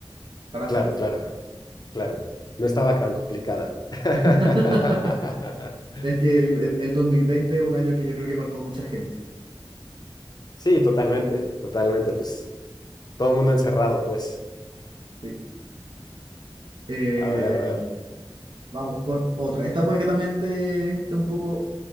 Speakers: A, on the right (about 60°); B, on the left (about 45°).
A: Parásitos.
B: Claro, claro, claro. No estaba tan complicada. <laughs>
A: <laughs> Es que el, el- el 2020 es un año que yo creo que marcó mucha gente.
B: Sí, totalmente, totalmente, pues. Todo el mundo encerrado, pues.
A: Sí. Eh,
B: A ver, a ver,
A: vamos con otra. Esta puede que también esté, esté un poco...